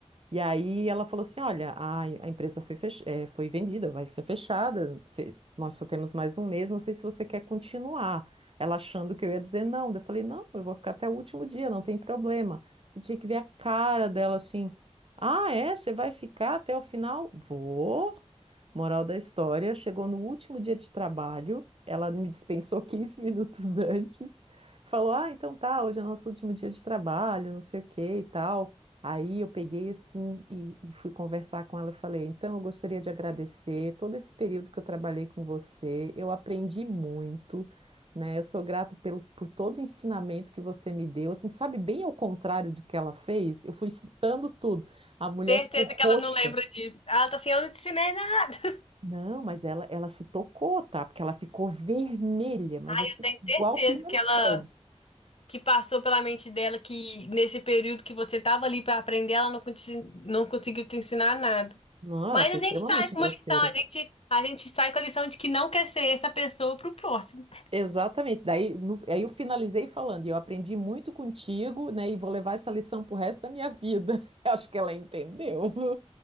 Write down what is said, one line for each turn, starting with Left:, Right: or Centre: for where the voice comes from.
Right: E aí ela falou assim, olha, a, a empresa foi, fech- eh, foi vendida, vai ser fechada, você- nós só temos mais um mês, não sei se você quer continuar. Ela achando que eu ia dizer não, daí eu falei, não, eu vou ficar até o último dia, não tem problema. Eu tinha que ver a cara dela assim, ah, é? Você vai ficar até o final? Vou. Moral da história, chegou no último dia de trabalho, ela me dispensou <laughs> 15 minutos antes, falou, ah, então tá, hoje é nosso último dia de trabalho, não sei o que e tal. Aí eu peguei assim e, e fui conversar com ela. Eu Falei, então eu gostaria de agradecer todo esse período que eu trabalhei com você. Eu aprendi muito, né? Eu sou grato pelo, por todo o ensinamento que você me deu. Assim, sabe, bem ao contrário do que ela fez, eu fui citando tudo. A mulher
Left: Certeza
Right: ficou roxa.
Left: que ela não lembra disso. Ela tá assim, eu não te ensinei nada. <laughs>
Right: Não, mas ela, ela se tocou, tá? Porque ela ficou vermelha, mas assim,
Left: eu tenho
Right: igual
Left: certeza
Right: pimentão.
Left: que ela que passou pela mente dela que nesse período que você estava ali para aprender, ela não, conti- não conseguiu te ensinar nada.
Right: Não,
Left: Mas
Right: ela foi
Left: a
Right: extremamente
Left: gente sai com
Right: grosseira.
Left: uma lição, a gente, a gente sai com a lição de que não quer ser essa pessoa pro próximo.
Right: Exatamente. Daí, no- aí eu finalizei falando, e eu aprendi muito contigo, né? E vou levar essa lição pro resto da minha vida. <laughs> Eu acho que ela entendeu. <laughs>